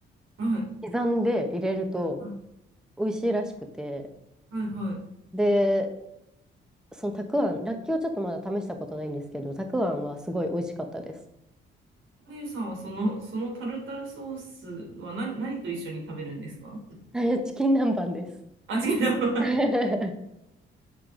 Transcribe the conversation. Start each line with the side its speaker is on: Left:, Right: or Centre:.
Right: はい。
Centre: 刻んで入れると
Right: は
Centre: 美味しいらしくて、
Right: い、はい。
Centre: で、そのたくあん、らっきょうちょっとまだ試したことないんですけど、たくあんはすごい美味しかったです。
Right: まゆさんはその、そのタルタルソースは何、何と一緒に食べるんですか
Centre: <laughs> チキン南蛮です。
Right: あ、違う。
Centre: <laughs>
Right: <laughs>